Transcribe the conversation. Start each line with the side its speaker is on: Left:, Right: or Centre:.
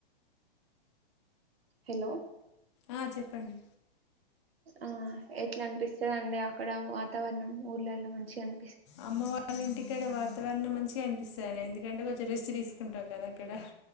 Right: హలో
Left: ఆ చెప్పండి
Right: ఆ ఎట్లా అనిపిస్తుందిండి అక్కడ వాతావరణం ఊర్లలో మంచిగా అ
Left: అమ్మ వాళ్ళ ఇంటికాడ వాతావరణం మంచి అనిపిస్తా ఎందుకంటే కొంచెం రెస్ట్ తీసుకుంటాారు కదా అక్కడ